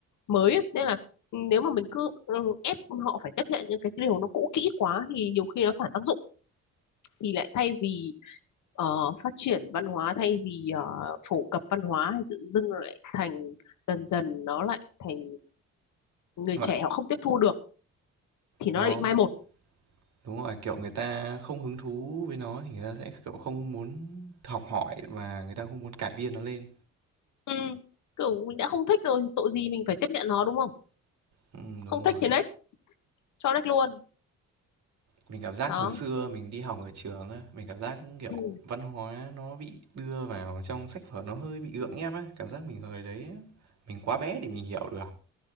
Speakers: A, on the left; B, on the right.
A: mới ấy. nên là ừ, nếu mà mình cứ ừ, ép họ phải tiếp nhận những cái điều nó cũ kỹ quá thì nhiều khi nó phản tác dụng thì lại thay vì ờ, phát triển văn hóa thay vì ờ, phổ cập văn hóa thì tự dưng nó lại thành dần dần nó lại thành người
B: Gọi
A: trẻ họ không tiếp thu được thì nó
B: nó
A: lại bị mai một
B: Đúng rồi, kiểu, người ta không hứng thú với nó thì người ta sẽ, kiểu, không muốn học hỏi và người ta không muốn cải biên nó lên.
A: ừ. kiểu mình đã không thích rồi thì tội gì mình phải tiếp nhận nó đúng không
B: Ừm, đúng
A: không thích
B: rồi.
A: thì next cho next luôn
B: Mình cảm giác
A: đó
B: hồi xưa mình đi học ở trường á, mình cảm giác, kiểu,
A: ừ.
B: văn hóa nó bị đưa vào trong sách vở nó hơi bị gượng ép á, cảm giác mình hồi đấy á, mình quá bé để mình hiểu được.